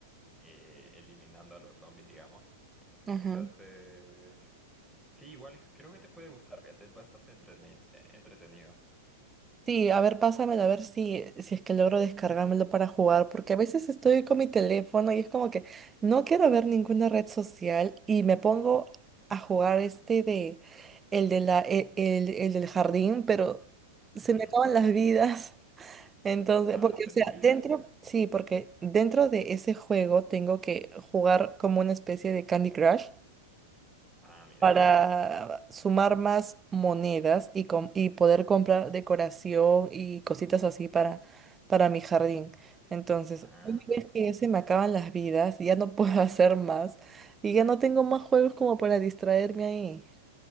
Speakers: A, in the centre; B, on the right (about 20°).
A: eh, eliminando a los zombies, digamos.
B: Ajá.
A: Entonces, sí, igual creo que te puede gustar, fíjate, es bastante entreteni- eh, entretenido.
B: Sí, a ver, pásamelo, a ver si, si es que logro descargármelo para jugar, porque a veces estoy con mi teléfono y es como que no quiero ver ninguna red social y me pongo a jugar este de el de la, e- el, el del jardín, pero se
A: Ujú.
B: me acaban las vidas. <laughs> Entonces,
A: Ah,
B: porque,
A: tener
B: o sea,
A: vidas.
B: dentro, sí, porque dentro de ese juego tengo que jugar como una especie de Candy Crush
A: Ah, mira
B: para
A: vos.
B: sumar más monedas y, com- y poder comprar decoración y cositas así para, para mi jardín. Entonces,
A: Ah,
B: una vez que ya se me acaban las vidas, ya no puedo <laughs> hacer más y ya no tengo más juegos como para distraerme ahí.